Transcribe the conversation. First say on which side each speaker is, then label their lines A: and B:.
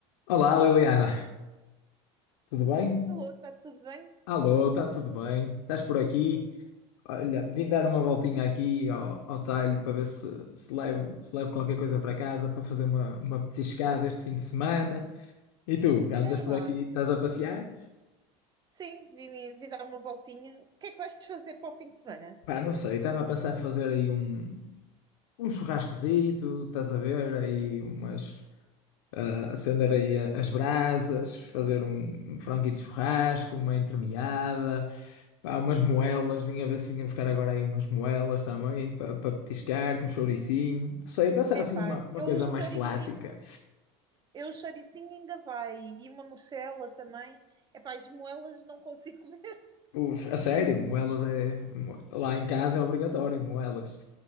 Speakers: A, on the left; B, on the right.
A: Olá, Liliana. Tudo bem?
B: Alô, está tudo bem?
A: Alô, está tudo bem? Estás por aqui? Olha, vim dar uma voltinha aqui ao, ao talho para ver se, se levo, se levo qualquer coisa para casa para fazer uma, uma petiscada este fim de semana. E tu, andas
B: É
A: por
B: lá.
A: aqui, estás a passear?
B: Sim, vim, vim dar uma voltinha. O que é que vais fazer para o fim de semana?
A: Pá, não sei, estava a pensar em fazer aí um, um churrascozito, estás a ver? Aí umas ah, acender aí a- as brasas, fazer um, um franguito de churrasco, uma entremeada, pá, umas moelas, vinha ver se vinha buscar agora aí umas moelas também para petiscar com chouricinho. Não sei, pensar
B: Epá,
A: assim uma, uma
B: eu
A: coisa
B: o choricinho,
A: mais clássica.
B: eu o choricinho ainda vai. E uma morcela também. Epá, as moelas não consigo <laughs> comer.
A: Uf, a sério, moelas é. mo- Lá em casa é obrigatório, moelas,